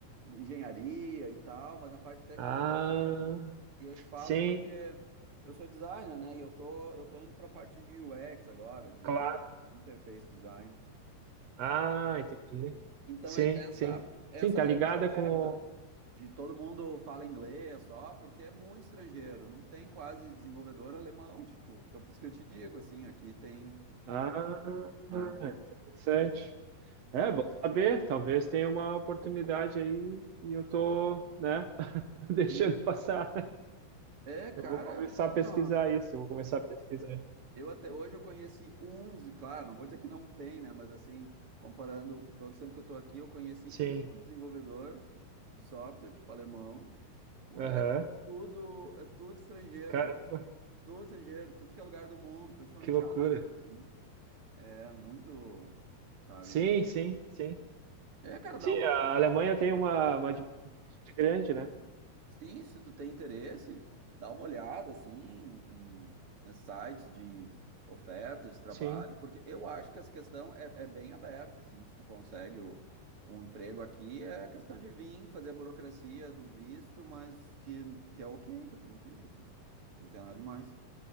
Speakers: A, on the right (about 40°); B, on the right (about 65°).
A: engenharia e tal, mas na parte de tecnologia,
B: ah,
A: eu te falo
B: sim,
A: porque eu sou designer, né? E eu tô, eu tô indo pra parte de UX agora, de
B: claro.
A: interface design.
B: Ah, entendi.
A: Então,
B: Sim,
A: e- essa,
B: sim.
A: essa
B: Sim, tá
A: área
B: ligada
A: é muito aberta,
B: com.
A: de todo mundo fala inglês só, porque é muito estrangeiro, não tem quase desenvolvedor alemão, tipo, então por isso que eu te digo, assim, aqui tem,
B: Ah,
A: ah,
B: interessante. É, bom saber. Talvez tenha uma oportunidade aí e eu tô, né, <laughs> deixando
A: sim,
B: passar.
A: é, cara,
B: Eu vou começar
A: assim,
B: a pesquisar
A: ó,
B: isso. Eu vou começar a pesquisar.
A: eu até hoje eu conheci um, des- claro, não vou dizer que não tem, né, mas assim, comparando todo o tempo que eu tô aqui, eu conheci
B: Sim.
A: um desenvolvedor de software, tipo, alemão, o
B: Aham.
A: resto é tudo, é tudo estrangeiro,
B: Caramba,
A: do estrangeiro, tudo que é lugar do mundo, principalmente
B: que loucura.
A: a Ásia, assim, é muito, sabe?
B: Sim, sim, sim.
A: É, cara, dá
B: Sim,
A: uma
B: a
A: olhada,
B: Alemanha tem uma, uma diversidade grande, né?
A: sim, se tu tem interesse, dá uma olhada, assim, em, nesses sites de ofertas de trabalho,
B: Sim,
A: porque eu acho que essa questão é, é bem aberta, assim, se tu consegue o, um emprego aqui, é a questão de vir, fazer a burocracia do visto, mas que, que é ok, que é tranquilo, assim, não tem nada demais.